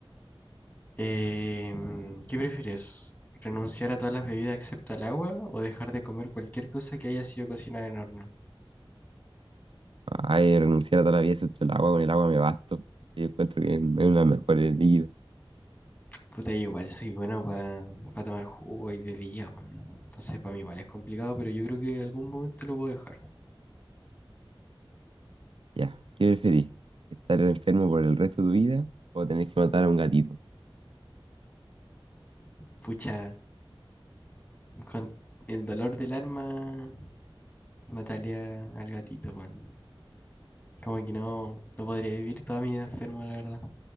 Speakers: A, on the left; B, on the right.
A: Eh, ¿qué prefieres? ¿Renunciar a todas las bebidas excepto al agua o dejar de comer cualquier cosa que haya sido cocinada en horno?
B: Ay, renunciar a toda la vida excepto el agua, con el agua me basto. Y encuentro que es uno de los mejores líquidos.
A: Puta, yo igual soy bueno para tomar jugo y bebida, weón. Entonces, para mí igual es complicado, pero yo creo que en algún momento lo puedo dejar.
B: Ya, ¿qué preferís? ¿Estar enfermo por el resto de tu vida o tener que matar a un gatito?
A: Pucha, con el dolor del arma, mataría al gatito, weón. Como que no, no podría vivir toda mi vida enfermo, la verdad.